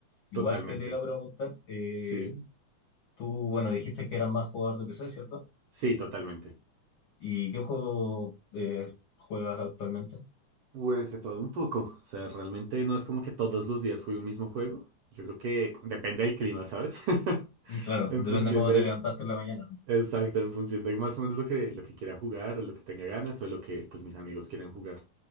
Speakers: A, on the left; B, on the right.
A: Igual
B: Totalmente.
A: que te iba a preguntar, eh,
B: Sí.
A: tú, bueno, dijiste que eras más jugador de PC, ¿cierto?
B: Sí, totalmente.
A: ¿Y qué juego eh, juegas actualmente?
B: Pues de todo un poco. O sea, realmente no es como que todos los días juegue un mismo juego. Yo creo que depende del clima, ¿sabes? <laughs>
A: Claro,
B: En
A: depende
B: función
A: cómo
B: de...
A: te levantaste en la mañana, ¿no?
B: Exacto, en función de más o menos lo que, lo que quiera jugar, o lo que tenga ganas, o lo que pues mis amigos quieran jugar.